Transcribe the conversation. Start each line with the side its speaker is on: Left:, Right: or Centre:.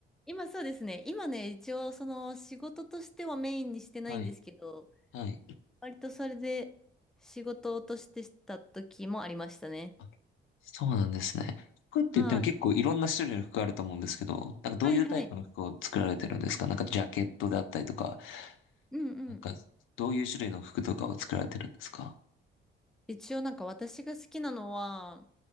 Centre: 今そうですね。今ね、一応その仕事としてはメインにしてないんですけど、
Left: はい、はい。
Centre: 割とそれで仕事としてした時もありましたね。
Left: あ、そうなんですね。服って言っても結構いろんな種類の服あると思うんですけど、
Centre: はい。
Left: なんかどういうタイプの服を作られてるんですかなんかジャケットであったりとか、
Centre: はいはい。うんうん。
Left: なんかどういう種類の服とかを作られてるんですか
Centre: 一応なんか私が好きなのは、